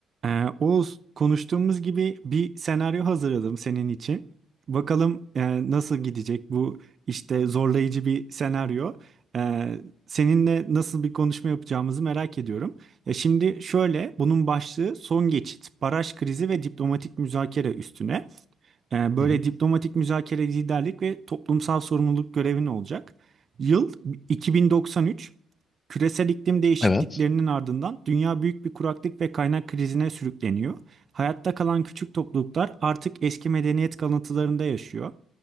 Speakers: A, on the right; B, on the left.
A: Ee, Oğuz, konuştuğumuz gibi bir senaryo hazırladım senin için. Bakalım e, nasıl gidecek bu işte zorlayıcı bir senaryo. Ee, seninle nasıl bir konuşma yapacağımızı merak ediyorum. Ya şimdi şöyle, bunun başlığı son geçit, baraj krizi ve diplomatik müzakere üstüne. Ee, böyle
B: Hı hı.
A: diplomatik müzakere liderlik ve toplumsal sorumluluk görevin olacak. Yıl 2093. Küresel iklim değişikliklerinin
B: Evet.
A: ardından dünya büyük bir kuraklık ve kaynak krizine sürükleniyor. Hayatta kalan küçük topluluklar artık eski medeniyet kalıntılarında yaşıyor.